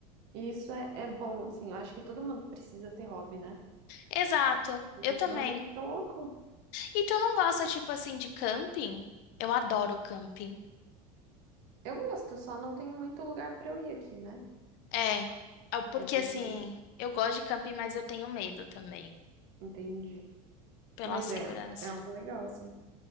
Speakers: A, on the right (about 65°); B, on the left (about 60°).
A: E isso é, é bom, assim. Eu acho que todo mundo precisa ter hobby, né?
B: Exato,
A: Porque
B: eu também.
A: senão a gente fica louco.
B: E tu não gosta, tipo assim, de camping? Eu adoro camping.
A: Eu gosto, só não tem muito lugar pra eu ir aqui, né?
B: É, ah, porque
A: É porque.
B: assim, eu gosto de camping, mas eu tenho medo também,
A: Entendi.
B: pela
A: Mas
B: segurança.
A: é, é algo legal, assim.